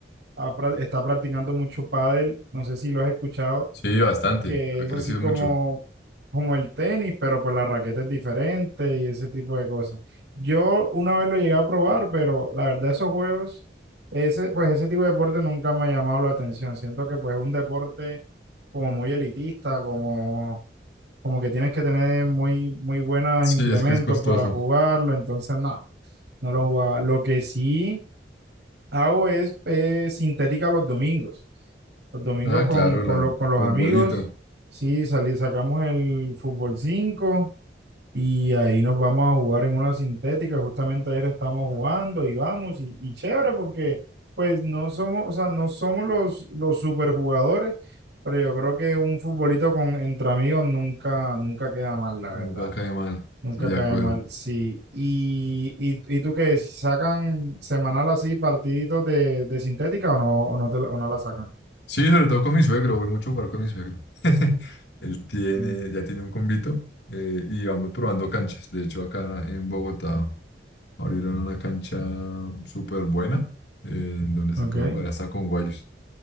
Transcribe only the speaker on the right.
ha pra- está practicando mucho pádel, no sé si lo has escuchado
que
es
así como,
como el tenis, pero pues la raqueta es diferente y ese tipo de cosas. Yo una vez lo llegué a probar, pero la verdad esos juegos, ese, pues ese tipo de deporte nunca me ha llamado la atención. Siento que pues es un deporte como muy elitista, como, como que tienes que tener muy, muy buenos
implementos
para jugarlo, entonces no, no lo jugaba. Lo que sí hago es eh, sintética los domingos. Los domingos
con,
con,
lo- con los
amigos, sí, salí, sacamos el fútbol 5 y ahí nos vamos a jugar en una sintética. Justamente ayer estábamos jugando y vamos, y, y chévere porque pues no somos, o sea, no somos los, los superjugadores, pero yo creo que un futbolito con, entre amigos nunca, nunca queda mal, la verdad.
Nunca
cae
mal, sí. ¿Y, y, y tú qué? ¿Sacan semanal así partiditos de, de sintética o no, o no, te la- o no la sacan?
Mm,
ok.